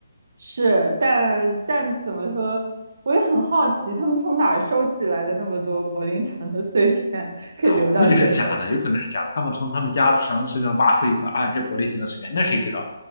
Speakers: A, on the right; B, on the left.
A: 是，但但怎么说，我也很好奇，他们从哪儿收集来的那么多柏林墙的碎片，可以留到现在去。
B: 啊，我估计是假的，有可能是假的。他们从他们家墙随便挖出一块，啊，这柏林墙的碎片，那谁知道，